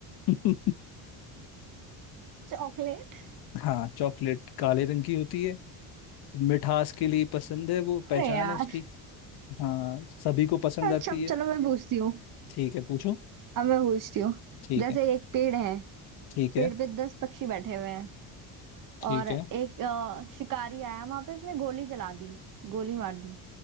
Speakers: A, on the left (about 55°); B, on the right (about 45°).
A: <laughs>
B: चॉकलेट
A: हाँ चॉकलेट काले रंग की होती है मिठास के लिए पसंद है वो पहचान
B: अरे यार
A: है उसकी हाँ सभी को पसंद
B: अच्छा
A: आती
B: अब
A: है
B: चलो मैं पूछती हूँ
A: ठीक है पूछो
B: अब मैं पूछती हूँ
A: ठीक
B: जैसे
A: है
B: एक पेड़ है
A: ठीक
B: पेड़
A: है
B: पे दस पक्षी बैठे हुए हैं
A: ठीक
B: और एक
A: है
B: अ, शिकारी आया वहां पे उसने गोली चला दी गोली मार दी